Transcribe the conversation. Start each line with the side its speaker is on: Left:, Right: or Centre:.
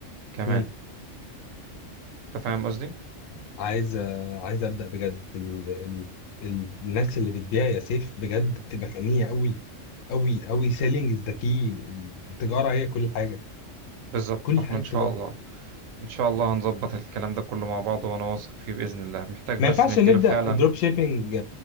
Right: كمان
Left: مم.
Right: انت فاهم قصدي
Left: عايز آه، عايز ابدا بجد ال... ال... ال... الناس اللي بتبيع يا سيف بجد بتبقى غنيه قوي قوي قوي سيلينج از ذا كي التجاره هي كل حاجه
Right: بالظبط
Left: كل
Right: واحنا
Left: حاجه
Right: ان
Left: التجاره
Right: شاء الله ان شاء الله هنظبط الكلام ده كله مع بعض وانا واثق فيه باذن الله محتاج
Left: ما
Right: بس
Left: ينفعش
Right: نديله
Left: نبدا
Right: فعلا
Left: دروب شيبينج